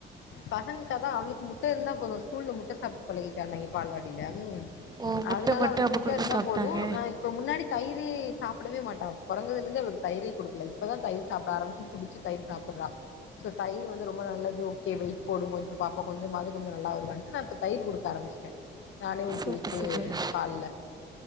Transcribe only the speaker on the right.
ஓ! முட்டை
மட்டும்
அப்போ
குடுத்து
சாப்பிட்டாங்க.
சூப்பர்,
சூப்பர்.